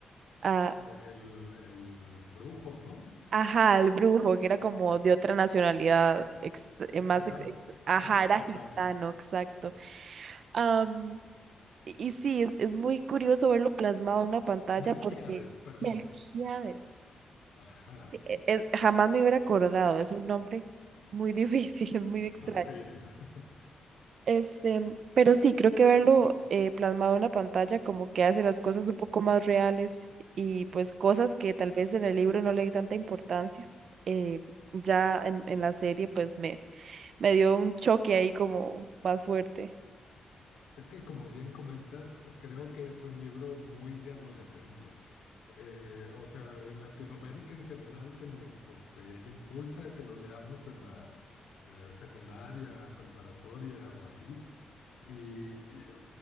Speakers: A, on the right; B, on the left.
A: A,
B: Eh, El, el brujo, ¿no?
A: ajá, al brujo, que era como de otra nacionalidad, ex- eh,
B: Eh,
A: más,
B: Gitano,
A: ex- ex-
B: ajá,
A: ajá, era
B: gitano.
A: gitano, exacto. Am, y y sí, es, es muy curioso verlo plasmado en una pantalla
B: Melquíades,
A: porque...
B: perdón.
A: Melquíades.
B: Ajá,
A: e- es- jamás me hubiera acordado, es un nombre muy difícil, <laughs> muy extraño.
B: Ah, sí. <laughs>
A: Este, pero sí, creo que verlo eh, plasmado en la pantalla como que hace las cosas un poco más reales y pues cosas que tal vez en el libro no le di tanta importancia. eh, ya en, en la serie pues me, me dio un choque ahí como más fuerte.
B: Es que como bien comentas, creo que es un libro muy de adolescencia. Eh, o sea, en Latinoamérica en general se nos este, impulsa a que lo leamos en la eh, secundaria, preparatoria o así. Y, y, eh,